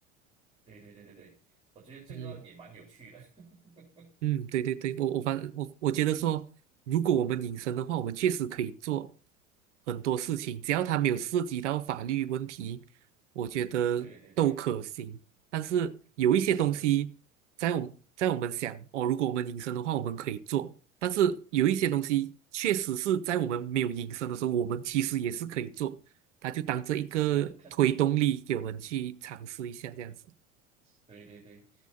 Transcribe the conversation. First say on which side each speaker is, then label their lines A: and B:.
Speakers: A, on the right; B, on the right.
A: 对对对对对，我觉得这个也蛮有趣的。
B: 嗯。
A: <laughs>
B: 嗯，对对对，我我反我我觉得说，如果我们隐身的话，我们确实可以做很多事情，只要它没有涉及到法律问题，我觉得都可行。
A: 对对对
B: 但是有一些东西在我在我们想哦，
A: 是是。
B: 如果我们隐身的话，我们可以做，但是有一些东西确实是在我们没有隐身的时候，我们其实也是可以做，它就当这一个推动力给我们去尝试一下这样子。
A: 是看，对对对，